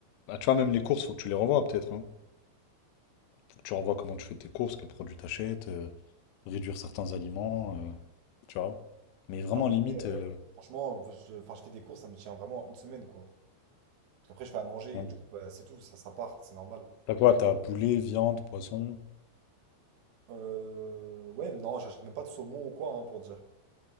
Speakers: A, on the left (about 85°); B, on the right (about 65°).
A: Bah, tu vois, même les courses, faut que tu les revoies, peut-être. hein. Faut que tu revoies comment tu fais tes courses, quels produits t'achètes, euh, réduire certains aliments, euh, tu vois. Mais vraiment,
B: Après,
A: limite.
B: euh,
A: euh,
B: franchement, je, enfin, je fais des courses, ça me tient vraiment une semaine, quoi. Parce qu'après, je fais à manger,
A: Ouais.
B: et du coup, bah, c'est tout, ça, ça part, c'est normal.
A: T'as quoi? T'as poulet, viande, poisson?
B: Euh, ouais, non, j'achète même pas de saumon ou quoi, hein, pour dire.